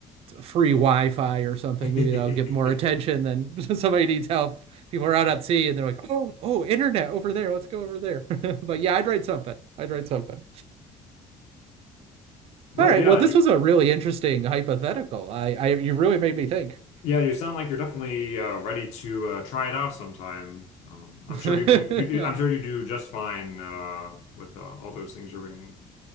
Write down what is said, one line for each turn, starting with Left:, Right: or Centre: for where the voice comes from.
Right: free Wi-Fi or something.
Left: <laughs>
Right: Maybe that'll get more attention than <laughs> somebody needs help. People are out at sea and they're like, oh, oh, internet over there. Let's go over there. <laughs> But yeah, I'd write something. I'd write something.
Left: Well,
Right: All right.
Left: yeah,
Right: Well, this
Left: you
Right: was a really interesting hypothetical. I, I, you really made me think.
Left: yeah, you sound like you're definitely uh, ready to uh, try it out sometime. Um,
Right: <laughs>
Left: I'm sure you do. You, I'm sure you do just fine uh, with uh, all those things you're bringing.